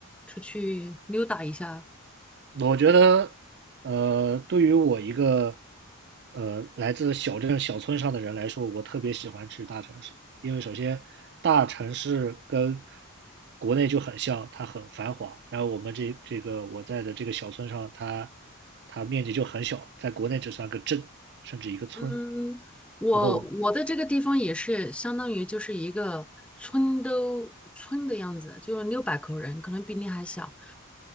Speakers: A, in the centre; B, on the right.
A: 出去溜达一下。
B: 我觉得，呃，对于我一个呃来自小镇小村上的人来说，我特别喜欢去大城市，因为首先大城市跟国内就很像，它很繁华，然后我们这这个我在的这个小村上，它它面积就很小，在国内只算个镇，甚至一个村，
A: 嗯，我我的这个地方也是相当于就是一个村都村的样子，
B: 然后
A: 就六百口人，可能比你还小。